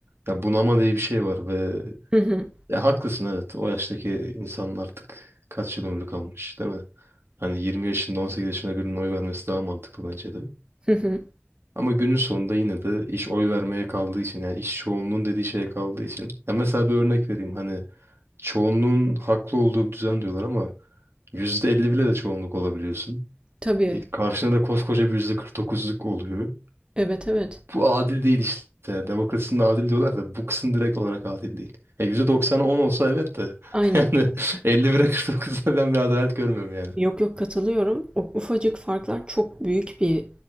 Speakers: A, on the right (about 70°); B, on the right (about 25°).
A: ya bunama diye bir şey var ve
B: Hı hı.
A: ya haklısın evet o yaştaki insanlar artık kaç yıl ömrü kalmış değil mi? Hani 20 yaşında 18 yaşında birinin oy vermesi daha mantıklı bence de.
B: Hı hı.
A: Ama günün sonunda yine de iş oy vermeye kaldığı için yani iş çoğunluğun dediği şeye kaldığı için. Ya mesela bir örnek vereyim hani çoğunluğun haklı olduğu bir düzen diyorlar ama %50 bile de çoğunluk olabiliyorsun.
B: Tabii.
A: E, karşına da koskoca bir yüzde kırk dokuzluk oluyor.
B: Evet evet.
A: Bu adil değil işte. Demokrasinin adil diyorlar da bu kısım direkt olarak adil değil. E, %90'a 10 olsa evet de <laughs>
B: Aynen.
A: yani 51'e 49'da ben bir adalet görmüyorum yani.
B: Yok yok katılıyorum. O ufacık farklar çok büyük bir